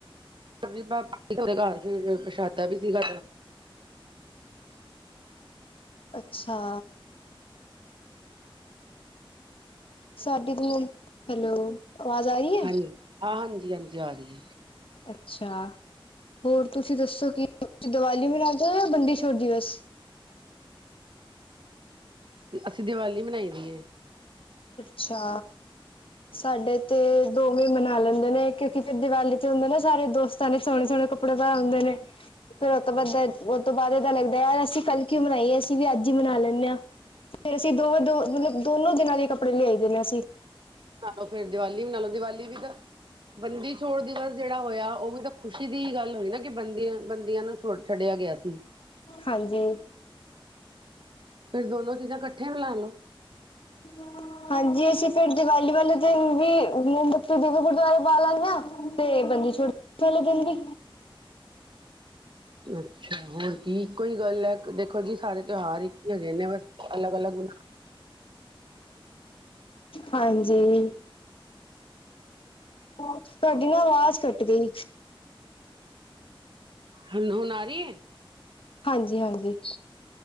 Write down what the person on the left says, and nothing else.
ਅੱਛਾ ਸਾਡੀ ਤੋਂ, ਹੈਲੋ ਅਵਾਜ਼ ਆ ਰਹੀ ਹੈ
ਅੱਛਾ ਹੋਰ ਤੁਸੀਂ ਦੱਸੋ ਕਿ ਦੀਵਾਲੀ ਮਨਾਉਦੇ ਹੋ ਜਾਂ ਬੰਦੀ ਛੋੜ ਔ ਦਿਵਸ
ਅੱਛਾ ਸਾਡੇ ਤੇ ਦੋਵੇਂ ਮਨਾ ਲੈਂਦੇ ਨੇ, ਕਿਉਂਕਿ ਫੇਰ ਦੀਵਾਲੀ ਤੇ ਹੁੰਦੇ ਨਾ ਸਾਰੇ ਦੋਸਤਾਂ ਨੇ ਸੋਹਣੇ ਸੋਹਣੇ ਕੱਪੜੇ ਪਾਏ ਹੁੰਦੇ ਨੇ ਫੇਰ ਉਹ ਤੋਂ ਬਾਅਦ ਉਹ ਤੋਂ ਬਾਅਦ ਇਹਦਾ ਲੱਗਦਾ ਯਾਰ ਅਸੀਂ ਕੱਲ੍ਹ ਕਿਉਂ ਮਨਾਈਏ ਅਸੀਂ ਵੀ ਅੱਜ ਹੀ ਮਨਾ ਲੈਂਦੇ ਹਾਂ, ਫੇਰ ਅਸੀਂ ਦੋਵਾਂ ਦੋ ਮਤਲਬ ਦੋਨੋ ਦਿਨਾਂ ਦੇ ਕੱਪੜੇ ਲਿਆਈ ਦੇ ਨੇ ਅਸੀਂ
ਹਾਂਜੀ।
ਹਠ <inaudible> ਹਾਂਜੀ ਅਸੀਂ ਫੇਰ ਦੀਵਾਲੀ ਵਾਲੇ ਦਿਨ ਵੀ ਮੋਮਬੱਤੀ ਗੁਰਦੁਆਰੇ ਬਾਲ ਆਂਦੇ ਆਂ ਤੇ ਬੰਦੀਛੋੜ ਵਾਲੇ ਦਿਨ ਵੀ
ਹਾਂਜੀ ਤੁਹਾਡੀ ਨਾ ਆਵਾਜ਼ ਕੱਟ ਗਈ
ਹਾਂਜੀ ਹਾਂਜੀ